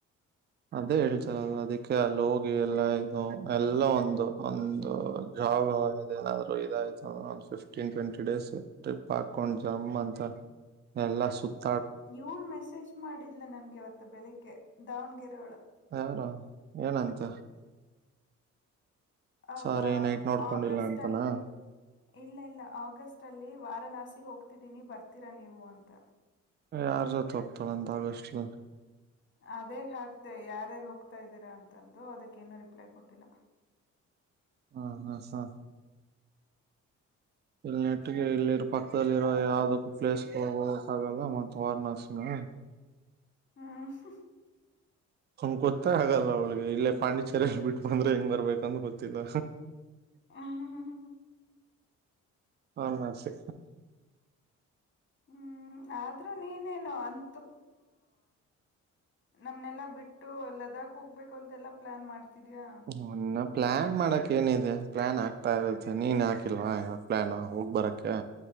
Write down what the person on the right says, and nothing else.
ಅದೇ ಹೇಳ್ತಾರೆ ಅದು ಅದಕ್ಕೆ ಲೋಗಿ ಎಲ್ಲ ಇದು ಎಲ್ಲ ಒಂದು ಒಂದು ಜಾಬ್ ಇ ನಾದ್ ಇದಾಯ್ತ ಒ ಫಿಫ್ಟೀನ್ ಟ್ವೆಂಟಿ ಡೇಸ್ ಟ್ರಿಪ್ ಹಾಕೊಂಡ್ ಜಮ್ ಅಂತ ಎಲ್ಲಾ ಸುತ್ತ
ಯಾರು ಏನಂತ
ಸಾರಿ ನೈಟ್ ನೋಡ್ಕೊಂಡಿಲ್ಲ
ಅಂತನಾ
ಯಾರ ಜೊತೆ ಹೋಗ್ತಾಳ ಅಂತ ಆಗಷ್ಟನಲ್ಲಿ
ಹ ಹ ಹ ಇಲ್ಲಿ ನೆಟ್ಟಿಗೆ ಇಲ್ಲಿರೋ ಪಕ್ಕದಲ್ಲಿರೋ ಯಾವ್ದಕ್ಕೂ ಪ್ಲೇಸ್ಗಳು ಹೋಗಕ್ ಆಗಲ್ಲ ಮತ್ತೆ ವಾರ್ನಸಿನ
ಅವ್ಳಿಗೆ ಗೊತ್ತ ಹಾಗಲ್ಲ ಅವಳಿಗೆ ಇಲ್ಲೇ ಪಾಂಡಿಚೇರಿಲ್ ಬಿಟ್ಟ ಬಂದ್ರೆ ಹೆಂಗ್ ಬರ್ಬೇಕಂತ ಗೊತ್ತಿಲ್ಲ
ವಾರಣಾಸಿ
ಹನ್ನ ಪ್ಲ್ಯಾನ್ ಮಾಡಕ್ ಏನಿದೆ ಪ್ಲಾನ್ ಆಗ್ತಾ ಇರುತ್ತೆ ನೀನ್ ಹಾಕಿಲ್ವಾ ಇವಾಗ ಪ್ಲಾನ್ ಹೋಗ ಬರಕ್ಕೆ